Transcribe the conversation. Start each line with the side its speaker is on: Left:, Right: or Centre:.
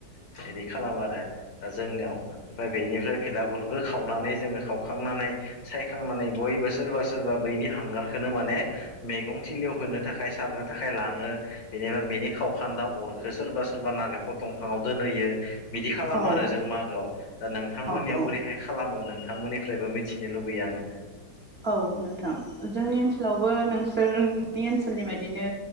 Left: बिदि खालामो आरो दा जोंनियाव ओमफ्राय बेनिफ्राय फेलागुरखौ खावनानै जोङो खावखांनानै सायखांनानै बयबो सोरबा सोरबा बैनि हांगार खौनो माने मैगं थिलियाव होनो थाखाय सारनो थाखाय आखाय लाङो बेनिफ्राया बेनि खावखान्दा अरखौ सोरबा सोरबा नालेंखर दंफाङाव दोनहोयो बिदि खालामो
Right: औ
Left: आरो जों मागोआव दा नोंथांमोननियाव
Right: औ
Left: बोरैहाय खालामो नों थांमोननिफ्रायबो मिथिनो लुबैयो आङो
Right: औ नोंथां जोंनि ओनसोलावबो नोंसोरनि ओनसोलनि बाददिनो